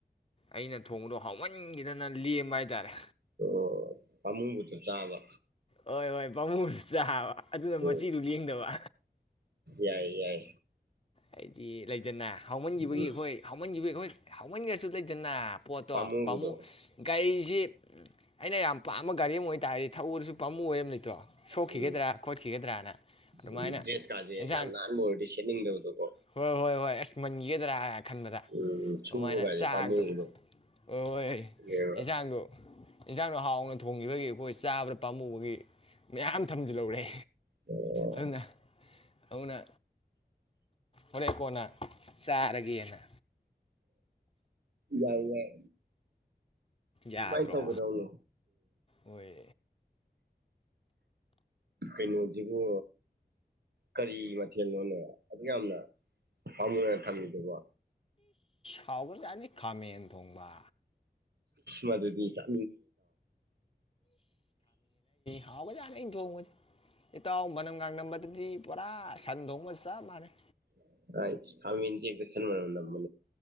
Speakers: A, on the left (about 35°); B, on the right (about 85°).
A: ꯑꯩꯅ ꯊꯣꯡꯕꯗꯣ ꯍꯥꯎꯃꯟꯈꯤꯗꯅ ꯂꯦꯝꯕ ꯍꯥꯏꯇꯥꯔꯦ
B: ꯑꯣ ꯄꯥꯃꯨꯕꯗꯣ ꯆꯥꯕ
A: ꯍꯣꯏ ꯍꯣꯏ ꯄꯥꯝꯃꯨꯁꯨ ꯆꯥꯕ ꯑꯗꯨꯅ
B: ꯎꯝ
A: ꯃꯆꯤꯗꯨ ꯂꯦꯡꯗꯕ
B: ꯌꯥꯏ ꯌꯥꯏ
A: ꯍꯥꯏꯗꯤ ꯂꯩꯗꯅ ꯍꯧꯥꯎꯃꯟꯈꯤꯕꯒꯤ
B: ꯎꯝ
A: ꯑꯩꯈꯣꯏ ꯍꯥꯎꯃꯟꯈꯤꯕꯒꯤ ꯑꯩꯈꯣꯏ ꯋꯥ ꯁꯨ ꯂꯩꯗꯅ ꯄꯣꯠꯇꯣ
B: ꯄꯥꯝꯃꯨꯕꯗꯣ
A: ꯄꯥꯝꯃꯨ ꯒꯥꯔꯤꯁꯤ ꯑꯩꯅ ꯌꯥꯝ ꯄꯥꯝꯃ ꯒꯥꯔꯤ ꯃꯣꯏ ꯇꯔꯗꯤ ꯊꯛꯎꯔꯁꯨ ꯄꯥꯝꯃꯨ ꯑꯣꯏꯕꯅꯤꯇꯣ ꯁꯣꯛꯈꯤꯒꯗ꯭ꯔꯥ
B: ꯎꯝ
A: ꯈꯣꯠꯈꯤꯒꯗ꯭ꯔꯅ ꯑꯗꯨꯃꯥꯏꯅ
B: ꯎꯝ ꯗ꯭ꯔꯦꯁ ꯀꯥꯁꯦ
A: ꯌꯦꯟꯁꯥꯡ
B: ꯌꯥꯝ ꯅꯥꯟꯕ ꯑꯣꯏꯔꯗꯤ ꯁꯦꯠꯅꯤꯡꯗꯕꯗꯣꯀꯣ
A: ꯍꯣꯏ ꯍꯣꯏ ꯍꯣꯏ ꯑꯁ ꯃꯟꯒꯗ꯭ꯔꯥ ꯈꯟꯕꯗ
B: ꯎꯝ
A: ꯑꯗꯨꯃꯥꯏꯅ
B: ꯁꯨꯕꯒꯁꯦ
A: ꯆꯥꯛꯇꯣ
B: ꯄꯥꯝꯃꯨꯕꯗꯣ
A: ꯍꯣꯏ ꯍꯣꯏ ꯍꯣꯏ
B: ꯑꯗꯨꯅꯦꯕ
A: ꯌꯦꯟꯖꯥꯡꯗꯣ ꯏꯟꯁꯥꯡꯅꯣ ꯍꯥꯎꯅ ꯊꯣꯡꯈꯤꯕꯒꯤ ꯑꯩꯈꯣꯏ ꯆꯥꯕꯗ ꯄꯥꯝꯃꯨꯕꯒꯤ ꯃꯌꯥꯝ ꯊꯝꯁꯨ ꯂꯧꯔꯦ
B: ꯑꯣ
A: ꯑꯗꯨꯅ ꯑꯃꯅ ꯍꯣꯔꯦ ꯀꯣꯟꯅ ꯆꯥꯔꯒꯦꯅ
B: ꯌꯥꯏ ꯌꯥꯏ
A: ꯌꯥꯗ꯭ꯔꯣ
B: ꯃꯥꯏ ꯇ ꯀꯗꯅ
A: ꯍꯣꯏ
B: ꯀꯩꯅꯣꯁꯤꯕꯨ ꯀꯔꯤ ꯃꯊꯦꯜꯅꯣꯅꯣ ꯑꯗꯨꯛ ꯌꯥꯝꯅ ꯄꯥꯎꯝꯃꯤꯅ ꯊꯝꯃꯤꯗꯨꯕ
A: ꯍꯕꯅꯤ ꯈꯥꯃꯦꯟ ꯊꯣꯡꯕ
B: ꯃꯥꯗꯨꯗꯤ ꯌꯥ
A: ꯊꯥꯎꯕꯖꯥꯅ ꯑꯩꯅ ꯊꯣꯡꯕꯁꯦ ꯏꯇꯥꯎ ꯃꯅꯝꯒꯥꯡꯂꯝꯝꯕꯗꯗꯤ ꯄꯨꯔꯥ ꯁꯟ ꯊꯣꯡꯕꯁ ꯆꯞ ꯃꯥꯟꯅꯩ
B: ꯑ ꯁꯇ ꯈꯦꯟꯂꯝꯃ ꯃꯔꯔꯅ